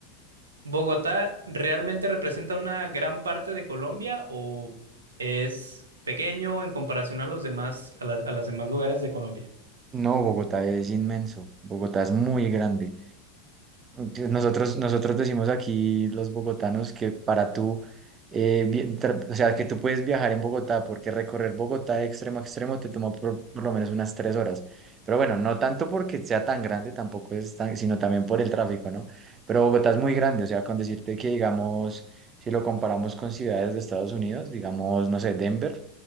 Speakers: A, on the right; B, on the right.
A: ¿Bogotá realmente representa una gran parte de Colombia o es pequeño en comparación a los demás, a las, a los demás lugares de Colombia?
B: No, Bogotá es inmenso. Bogotá es muy grande. que Nosotros, nosotros decimos aquí los bogotanos que para tú, eh, vi- tra- o sea, que tú puedes viajar en Bogotá, porque recorrer Bogotá de extremo a extremo te toma por, por lo menos unas tres horas. Pero bueno, no tanto porque sea tan grande, tampoco es tan, sino también por el tráfico, ¿no? Pero Bogotá es muy grande, o sea, con decirte que, digamos, si lo comparamos con ciudades de Estados Unidos, digamos, no sé, Denver,